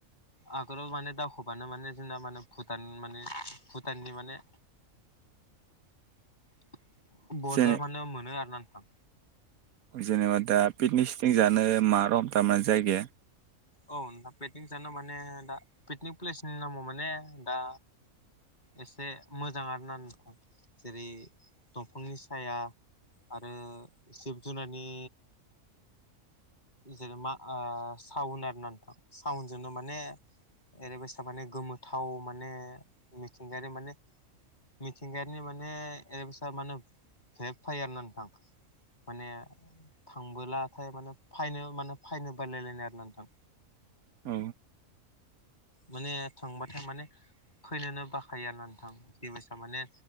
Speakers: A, on the left; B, on the right.
A: आगोलाव माने दावखोबानो माने जोंना माने भुटान माने भुटाननि माने <unintelligible> मोनो
B: जेने
A: आरोना नोंथां
B: जेनेबा दा पिकनिक सिकनिक जानो मा रखम माने जायगाया
A: औ नोंथां पिकनिक जानो माने दा पिकनिक प्लेसनि नामाव माने दा एसे मोजां आरोना नोंथां जेरै दंफांनि साया आरो जिब जुनारनि जेरै मा ओ सावन आरो ना नोंथां सावनजोंनो माने ओरैबायसा माने गोमोथाव माने मिथिंगायारि माने मिथिंगायारिनि माने ओरैबायसा माने भेब फायारना नोंथां माने थांबोलाथाय माने फायनो माने फायनो बालायलायनाय आरोना नोंथां
B: औ
A: माने थांबाथाय माने फैनोनो बाखायो आरोना नोंथां बेबायसा माने